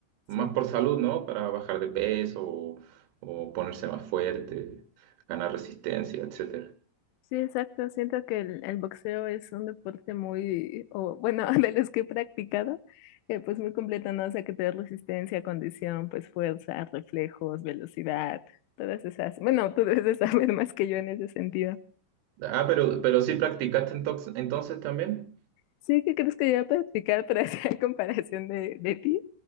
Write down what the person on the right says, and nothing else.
más
por salud, ¿no? Para bajar de peso o, o ponerse más fuerte, ganar resistencia, etcétera.
Ah, pero, pero sí practicaste entox- entonces también.